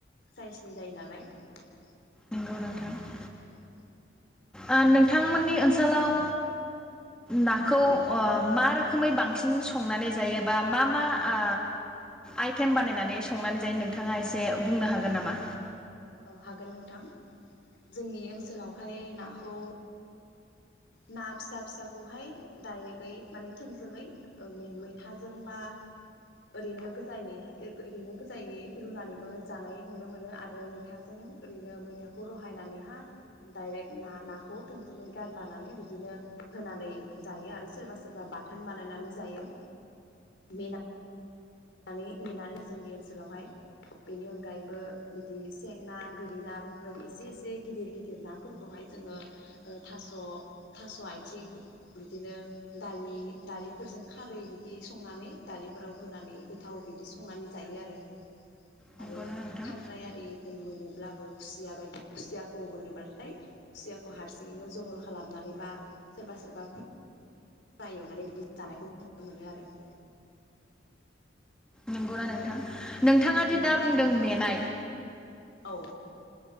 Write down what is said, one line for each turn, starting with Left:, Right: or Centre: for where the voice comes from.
Left: साइजनि जायो नालाय ।
Centre: नोंगौ नोंथां ।
Left: ओं ।
Centre: ओ नोंथांमोननि ओनसोलाव नाखौ
Left: औ
Centre: अ मा रोक रोखोमै बांसिन संनानै जायो बा मा मा आ आइटेम बानायनानै संनानै जायो नोंथाङा एसे बुंनो हागोन नामा?
Left: औ हागोन नोंथां जोंनि ओनसोलावहाय नाखौ ना फिसा फिसाखौहाय डाइरेक्टै माने थोंजोङै ओ मैथाजों बा ओरैनो गोजायै ओरैनो गोजायै रुनानैबो जानाय नुनो मोनो आरो मै मैथाजों ओरैनो मैथाखौ रहायनानैहा डायरेक्ट ना नाखौ थोंजोङै गारलानानै बिदिनो होनानै जायो आरो सोरबा सोरबा बाथोन बानायनानै जायो मेना नानै मेनानै जोंनि ओनसोलावहाय बेनि अनगायैबो बिदि सें ना गोरि ना बेफोरबायदि एसे एसे गिदिर गिदिर नाफोरखौहाय जोङो थास' थास' आथिं बिदिनो दालि दालिफोरजों खारै बिदि संनानै दालिफोराव होनानै थाव बिदि संनानै जायो आरो
Centre: नंगौना
Left: आरो
Centre: नोंथां
Left: खांख्राइ आरिफोर मोनोब्लाबो खुसिया बायदि खुसियाखौ मोनोब्लाथाय खुसियाखौ हारसिङैनो जहल खालामनानै बा सोरबा सोरबा फुरा एवनानै बिदि जानायखौ नुनो मोनो आरो ।
Centre: नंगौना नोंथां नोंथाङा दि
Left: नोंथांमोन
Centre: दा बुंदों मेनाय
Left: औ